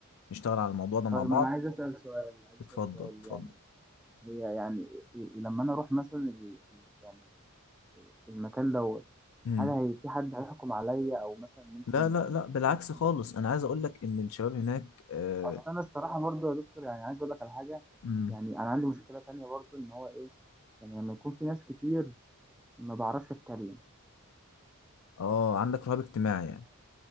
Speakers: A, on the left; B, in the centre.
A: نشتغل على الموضوع ده
B: طيب
A: مع بعض
B: انا عايز اسال سؤال عايز
A: اتفضل
B: اسال سؤال
A: اتفضل
B: يعني هي يعني ي- لما انا اروح مثلا ال- ال- يعني المكان دوت
A: مم.
B: هل هي في حد هيحكم عليا او مثلا ممكن
A: لا لا
B: يعني
A: لا بالعكس
B: يحكم
A: خالص
B: عليا
A: انا عايز اقول لك ان الشباب هناك آه،
B: اصل انا الصراحه برضو يا دكتور يعني عايز اقول لك على حاجه
A: امم
B: يعني انا عندي مشكله تانية برضو ان هو ايه يعني لما يكون في ناس كتير ما بعرفش اتكلم
A: اه عندك رهاب اجتماعي يعني